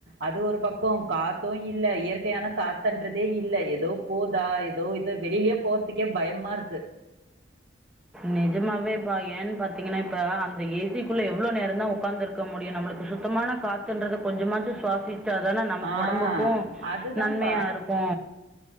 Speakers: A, on the right; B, in the centre.
A: அது ஒரு பக் க்கு காத்து இல்ல இயற்கையானக் காத்தன்றதே இல்ல எதோப் போதா எதோ இது வெளிலியேப் போற்த்துக் கே பயமாருக்கு
B: நெஜமாவேப்பா ஏன் பாத்தீங்கனா இப்ப அந்த ஏ சிக்குள்ள எவ்ளோ நேரந்தா ஒக்காந்துருக்க முடியு நம்மளுக்கு சுத்தமானக் காத்துன்றத கொஞ்சமாச்சு சுவாசிச்சாதானா நம்ம
A: ஆ
B: ஒடம்புக்கு
A: அதுதான்ப்பா
B: நன்மையா இருக்கு